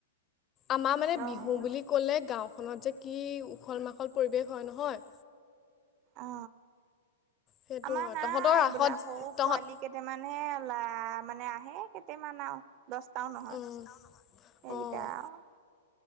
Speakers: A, on the left; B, on the right.
A: আমাৰ মানে
B: অ',
A: বিহু বুলি। ক'লে গাঁওখনত যে কি উখল মাখল পৰিৱেশ হয় নহয়।
B: অ
A: সেইটো
B: আমাৰ
A: হয়
B: নাই
A: তহঁতৰ ৰাসত
B: এইবিলাক সৰু
A: তহঁত
B: পোৱালী। কেইটামান হে ল'ৰা মানে আহে কেইটামান আৰু দহটাও নহয়
A: উম
B: সেইকেইটা
A: অ'
B: আৰু